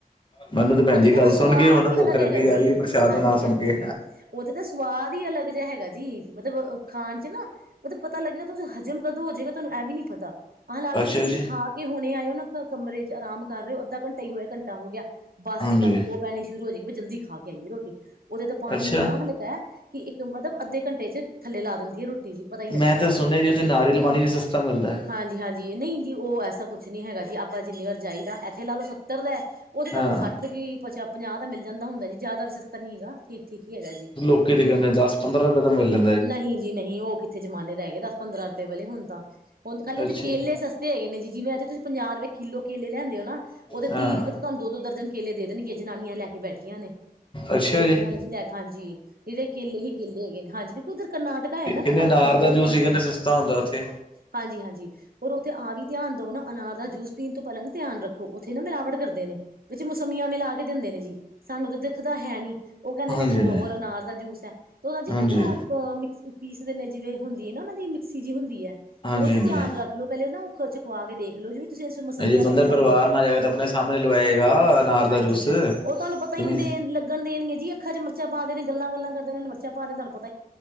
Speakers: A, on the left; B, on the right.
A: ਮੈਨੂੰ ਤੇ ਭੈਣ
B: ਉੱਥੇ
A: ਜੀ
B: ਤਾਂ
A: ਗੱਲ
B: ਨਾ ਸੁਆਦ
A: ਸੁਣ ਕੇ ਹੁਣ
B: ਈ
A: ਭੁੱਖ
B: ਅਲੱਗ
A: ਲੱਗੀ
B: ਹੈਗਾ
A: ਜਾ
B: ਜੀ,
A: ਰਹੀ ਹੈ ਪ੍ਰਸ਼ਾਦ
B: ਹਾਂਜੀ
A: ਦਾ ਨਾਂ ਸੁਣ
B: -ਹਾਂਜੀ।
A: ਕੇ।
B: ਉੱਥੇ ਤਾਂ ਸੁਆ ਵੀ ਅਲੱਗ ਜਿਹਾ ਹੈਗਾ ਜੀ, ਮਤਲਬ ਖਾਣ 'ਚ ਨਾ ਮਤਲਬ ਪਤਾ ਲੱਗਣਾ ਤੁ ਹਜ਼ਮ ਕਦੋਂ ਹੋ ਜਾਏਗਾ, ਤੁਹਾਨੂੰ ਇਹ ਵੀ ਨੀ ਪਤਾ, ਹਾਂ ਲਾ ਲਓ
A: ਅੱਛਾ
B: ਤੁਸੀਂ
A: ਜੀ,
B: ਜਿਵੇਂ ਖਾ ਕਿ ਹੁਣੇ ਆਏ ਓ ਨਾ, ਕਮਰੇ ਚ ਆਰਾਮ ਕਰ ਰਹੇ ਓ ਅੱਧਾ ਘੰਟਾ ਹੀ ਹੋਇਆ, ਘੰਟਾ ਹੋ ਗਿਆ, ਬੱਸ
A: ਹਾਂਜੀ
B: 'ਚ ਤੁਹਾਨੂੰ ਖੋ ਪੈਣੀ ਸ਼ੁਰੂ ਹੋ ਜਾਏਗੀ, ਵੀ ਜਲਦੀ ਖਾ ਕੇ ਆਈਏ ਰੋਟੀ, ਉਹਦਾ ਤਾਂ ਪਾਣੀ
A: ਅੱਛਾ।
B: ਇੰਨਾ ਹਲਕਾ। ਕਿ ਇੱਕ ਮਤਲਬ ਅੱਧੇ ਘੰਟੇ 'ਚ ਥੱਲੇ ਲਾ ਦਿੰਦੀ ਐ ਰੋਟੀ। ਜੀ ਪਤਾ ਹੀ ਨੀ ਲੱਗਦਾ।
A: ਮੈਂ ਤਾਂ ਸੁਣਿਆ ਜੀ, ਉੱਥੇ ਨਾਰੀਅਲ ਪਾਣੀ ਵੀ ਸਸਤਾ ਮਿਲਦਾ।
B: ਹਾਂਜੀ-ਹਾਂਜੀ ਨਹੀਂ ਜੀ, ਉਹ ਐਸਾ ਕੁੱਛ ਨੀ ਹੈਗਾ ਜੀ ਆਪਾਂ ਜਿੰਨੀ ਵਾਰ ਜਾਈਦਾ ਇੱਥੇ ਲਾ ਲਓ ਸੱਤਰ ਦਾ। ਉਹ ਤਾਂ ਤੁਹਾਨੂੰ
A: ਹਾਂ,
B: ਸੱਠ ਵੀ ਪਛਾ -ਪੰਜਾਹ ਦਾ ਮਿਲ ਜਾਂਦਾ ਹੁੰਦਾ, ਜੀ ਜ਼ਿਆਦਾ ਵੀ ਸਸਤਾ ਨਹੀਂ ਹੈਗਾ, ਠੀਕ -ਠੀਕ ਈ ਹੈਗਾ ਜੀ।
A: ਲੋਕੀਂ ਤੇ ਕਹਿੰਦੇ ਦਸ -ਪੰਦਰਾਂ ਰੁਪਏ ਦਾ ਮਿਲਦਾ।
B: ਨਹੀਂ ਜੀ ਨਹੀਂ, ਉਹ ਕਿੱਥੇ ਜਮਾਨੇ ਦਾ ਹੈਗੇ ਦਸ ਪੰਦਰਾਂ ਰੁਪਏ ਵਾਲੇ ਹੁਣ ਤਾਂ, ਹੁਣ ਖਾਲੀ
A: ਅੱਛਾ
B: ਓਥੇ ਕੇਲੇ
A: ਜੀ,
B: ਸਸ ਤੇ ਹੈਗੇ ਨੇ ਜੀ। ਜਿਵੇਂ ਅੱਜ ਤੁਸੀਂ ਪੰਜਾਹ ਰੁਪਏ ਕਿੱਲੋ ਕੇਲੇ ਲੈਂਦੇ ਹੋ ਨਾ, ਓਥੇ ਤੀਹ
A: ਹਾਂ
B: ਦੇ ਤੁਹਾਨੂੰ ਦੋ -ਦੋ ਦਰਜਨ ਕੇਲੇ ਦੇਣਗੇ, ਜਨਾਨੀਆਂ ਲੈ ਕੇ ਬੈਠੀਆਂ ਨੇ।
A: ਅੱਛਾ
B: ਟੋਕਰੀਆਂ
A: ਜੀ।
B: ਵਾਲੇ ਜ ਲੈਕ, ਹਾਂਜੀ। ਜਿਹੜੇ ਕੇਲੇ ਹੀ ਕੇਲੇ ਹੈਗੇ ਨੇ, ਹਾਂਜੀ, ਕਿਉਂਕਿ ਉੱਧਰ ਕਰਨਾਟ ਪਤਾ
A: ਤੇ
B: ਹੈ ਨਾ
A: ਕਹਿੰਦੇ
B: ਕਰਨਾਟਕਾ
A: ਅਨਾਰ
B: ਬਿੱਧਰ
A: ਦਾ ਜੂਸ
B: ਪੈਂਦਾ,
A: ਹੀ ਕਹਿੰਦੇ ਸਸਤਾ ਹੁੰਦਾ ਉੱਥੇ।
B: ਹਾਂਜੀ- ਹਾਂਜੀ। ਹੋਰ ਉੱਥੇ ਆ ਵੀ ਧਿਆਨ ਦਿਓ ਨਾ, ਅਨਾਰ ਦਾ ਜੂਸ ਪੀਣ ਤੋਂ ਪਹਿਲਾਂ ਵੀ ਧਿਆਨ ਰੱਖੋ, ਉੱਥੇ ਨਾ ਮਿਲਾਵਟ ਕਰਦੇ ਨੇ। ਵਿੱਚ ਮੋਸੰਮੀਆਂ ਮਿਲਾ ਕੇ ਦਿੰਦੇ ਨੇ ਜੀ। ਸਾਨੂੰ ਤਾਂ ਦਿਖਦਾ ਹੈਨੀ, ਉਹ ਕਹਿੰਦੇ
A: ਹਾਂਜੀ
B: ਨੇ ਪਿਓਰ
A: ਹਾਂਜੀ,
B: ਅਨਾਰ ਦਾ ਜੂਸ ਆ ਤੇ ਉਹਦਾ ਜੀ
A: ਹਾਂਜੀ।
B: ਨਾ ਜੋ ਅਹ ਮਿਕ ਪੀਸਦੇ ਨੇ ਜਿਵੇਂ ਹੁੰਦੀ ਨਾ ਉਹਨਾਂ ਦੀ ਮਿਕਸੀ ਜਿਹੀ ਹੁੰਦੀ,
A: ਹਾਂਜੀ
B: ਉਹ 'ਚ
A: ਹਾਂਜੀ,
B: ਧਿਆਨ ਰੱ ਪਹਿਲੋ-ਪਹਿਲੇ ਨਾ ਉਹ ਖਵਾ ਕੇ ਦੇਖਲਓ, ਜਿਵੇਂ ਤੁਸੀਂ ਇਸ 'ਚ ਮਸਮੀਆਂ
A: ਜੇ ਬੰਦਾ
B: ਤੇ ਨੀ
A: ਪਰਿਵਾਰ
B: ਪਾਈਆਂ,
A: ਨਾਲ ਜਾਏਗਾ ਤਾਂ ਆਪਣੇ ਸਾਹਮਣੇ ਲਵਾਏਗਾ ਅਨਾਰ ਦਾ
B: ਹਾਂਜੀ
A: ਜੂਸ।
B: ਉਹ ਤੁਹਾਨੂੰ ਪਤਾ
A: ਨਹੀਂ
B: ਨੀ ਦੇ ਲੱਗਣ ਦੇਣਗੇ ਜੀ, ਅੱਖਾਂ 'ਚ ਮਿਰਚਾਂ ਪਾ ਦੇ ਨੇ ਗੱਲਾਂ-ਗੱਲਾਂ ਕਰਦੇ, ਉਹਨਾਂ ਮਿਰਚਾਂ ਪਾ ਦੇਣ ਤੁਹਾਨੂੰ ਪਤ